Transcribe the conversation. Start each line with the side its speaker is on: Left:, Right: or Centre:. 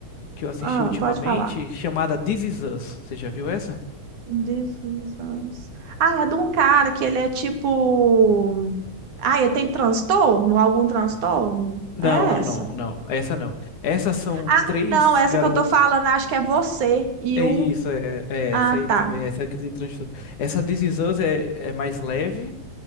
Left: que eu assisti
Right: Ah,
Left: ultimamente
Right: pode falar.
Left: chamada This Is Us. Você já viu essa?
Right: This is Us. Ah, é de um cara que ele é tipo. Ah, ele tem transtorno? Algum transtorno?
Left: Não,
Right: É
Left: não,
Right: essa.
Left: não, não. Essa não. Essas são
Right: Ah,
Left: três
Right: não, essa
Left: garotos.
Right: que eu tô falando, acho que é você e
Left: É
Right: o.
Left: isso, é, é
Right: Ah,
Left: essa aí
Right: tá.
Left: também, essa que tem transtorno. Essa This Is Us é, é mais leve,